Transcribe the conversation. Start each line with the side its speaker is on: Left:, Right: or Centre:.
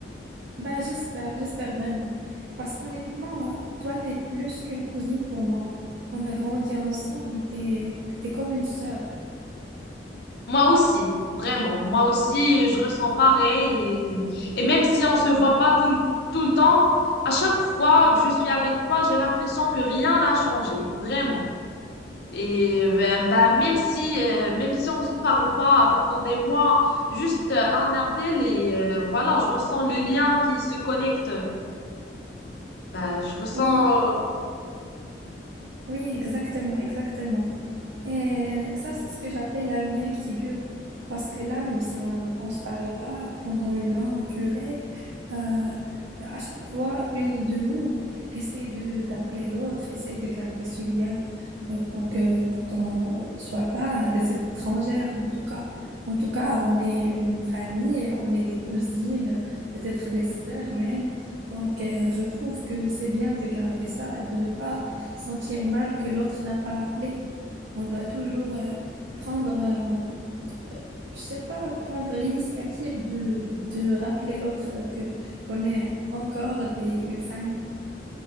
Right: Ben j'espère, j'espère vraiment. Parce qu'honnêtement, euh, toi, t'es plus qu'une cousine pour moi. On a grandi ensemble, t'es, t'es comme une sœur.
Left: Moi aussi, vraiment. Moi aussi, je ressens pareil. Et, et même si on se voit pas tout le, tout le temps, à chaque fois que je suis avec toi, j'ai l'impression que rien n'a changé. Vraiment. Et ben, ben, même si, euh, même si on se parle pas pendant des mois, juste euh, un appel et euh, voilà, je ressens le lien qui se connecte. Ben, je ressens,
Right: Oui, oui, exactement, exactement. Et ça, c'est ce que j'appelle un lien qui dure. Parce que là, même si on ne se parle pas pendant une longue durée, euh, à chaque fois, une de nous essaie de d'appeler l'autre, essaie de garder ce lien euh, pour que pour qu'on soit pas des étrangères, en tout cas. En tout cas, on est une famille, on est des cousines, peut-être des sœurs même. Donc, euh, je trouve que c'est bien de garder ça et de ne pas sentir mal que l'autre n'a pas appelé. On doit toujours euh, prendre, euh, euh, je sais pas, prendre l'initiative de, de rappeler l'autre euh, que qu'on est encore des, une famille.